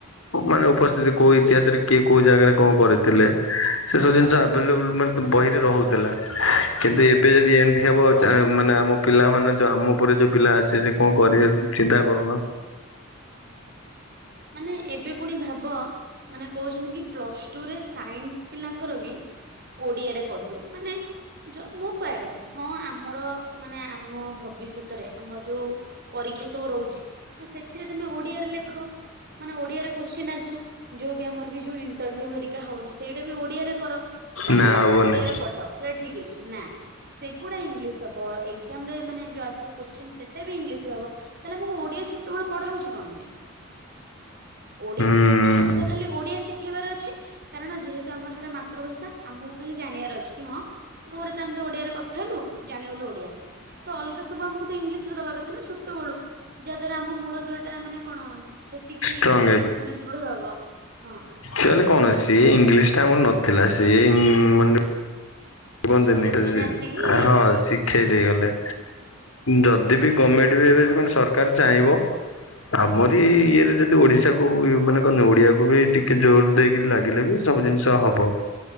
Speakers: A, on the left; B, on the right.
A: ମାନେ ଉପସ୍ଥିତି କୋଉ ଇତିହାସରେ କିଏ କୋଉ ଜାଗାରେ କଁ କରିଥିଲେ? ସେ ସବୁ ଜିନିଷ ଆଭେଲେବୁଲ ମାନେ ବହିରେ ରହୁଥିଲା। କିନ୍ତୁ ଏବେ ଯ ଏମିତି ହବ ଚା ମାନେ ଆମ ପିଲାନେ ଯୋଉ ଆମ ଉପରେ ଯୋଉ ପିଲା ଆସେ ସେ କଁ କରିବେ? ଚିନ୍ତା କରୁନ।
B: ମାନେ ଏବେ ପୁଣି ଭାବ ମାନେ କହୁଛନ୍ତି କି ପ୍ଲସ ଟୁ ରେ ସାଇନ୍ସ ପିଲାଙ୍କର ବି ଓଡିଆରେ ପଢିବେ ମାନେ ଜ ମୁଁ କହିବା କଥା ହଁ ଆମର ମାନେ ଆମ ଭବିଷ୍ୟତରେ ଆମର ଯୋଉ ପରୀକ୍ଷା ସବୁ ରହୁଚି ତ ସେଥିରେ ତମେ ଓଡିଆରେ ଲେଖ। ମାନେ ଓଡିଆରେ କୋଶ୍ଚିନ୍ ଆସୁ ଯୋଉ ବି ଆମର ବି ଯୋଉ ଇଣ୍ଟରୁଭିଉ ହରିକା ହଉଚି ସେଇଟା ବି ଓଡିଆରେ କର ତାହେଲେ
A: ନା
B: ଆମକୁ
A: ହବନି
B: ଓଡିଆରେ ପଢାଅ ସେଇଟା ଠିକ ଅଛି। ନା ସେଗୁଡା ଇଂଲିଶ ହବ ଏକ୍ଜାମ ରେ ମାନେ ଯୋ ଆସିବ କୋଶ୍ଚିନ ସେଟା ବି ଇଂଲିଶରେ ହବ। ତାଲେ ମୁଁ ଓଡିଆ ଛୁଟବେଳ ପଢା ହଉଛି କଣ ପାଇଁ? ଓଡିଏ
A: ହୁଁ
B: ଆମକୁ ତ ଖାଲି ଓଡିଆ ଶିଖେଇବାର ଅଛି କାରଣ ଯେହେତୁ ଆମ ସେଟା ମାତୃଭାଷା ଆମକୁ ଖାଲି ଜାଣିବାର ଅଛି କି ହଁ ଘରେ ତ ଆମେ ତ ଓଡିଆରେ କଥା ହେଲୁ ଜାଣିଗଲୁ ଓଡିଆ। ତ ଅଲଗା ସବୁ ଆମକୁ ତ ଇଂଲିଶରେ ଦବା କଥା ନା ଛୋଟବେଳୁ ଯାହା ଦ୍ଵାରା ଆମ ମୂଳ ଦ୍ୱା ଟା ମାନେ କଣ ସେତିକି
A: ଷ୍ଟ୍ରଙ୍ଗ
B: ସ ମାନେ ଦୃଢ ହବ ହଁ।
A: ସେମାନେ କଣ ସିଏ ଇଂଲିଶ ଟା ଆମର ନଥିଲା ସିଏ ଇଂ <unintelligible> କୁହନ୍ତିନି
B: ଇଂରେଜ ମାନେ ଆସିକି
A: ହଁ ସି ଥେ ଦେଇଗଲେ ଯଦି ବି ଗମେଣ୍ଟ ବି ଏବେ ସରକାର ଚାହିଁବ ଆମରି ଇଏରେ ଯଦି ଓଡିଶାକୁ ଇଏ ମାନେ କହନ୍ତି ଓଡିଆକୁ ବି ଟିକେ ଜୋର ଦେଇକି ଲାଗିଲେ ବି ସବୁ ଜିନିଷ ହବ